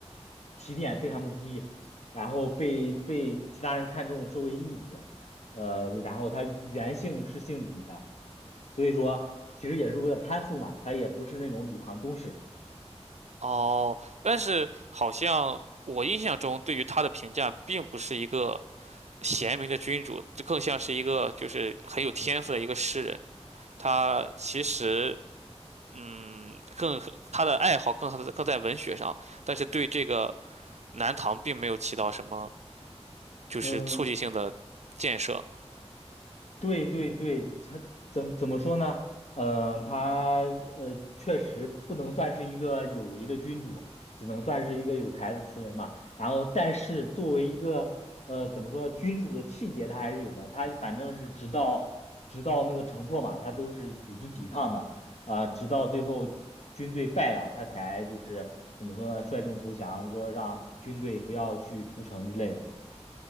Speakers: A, on the left; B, on the right.
A: 起点非常的低，然后被被其他人看中，收为义子，呃，然后他原姓是姓李的。所以说其实也是为了攀附嘛，他也不是那种李唐宗室。
B: 哦，但是好像我印象中对于他的评价并不是一个贤明的君主，这更像是一个就是很有天赋的一个诗人。他其实嗯，更他的爱好更更在文学上，但是对这个南唐并没有起到什么就是促进性的建设。
A: 嗯，对对对，他怎怎么说呢？呃，他呃确实不能算是一个有为的君主，只能算是一个有才的词人嘛。然后，但是作为一个呃怎么说呢，君主的气节他还是有的。他反正是直到直到那个城破嘛，他都是组织抵抗的啊、直到最后军队败了，他才就是怎么说呢，率众投降，说让军队不要去屠城之类的，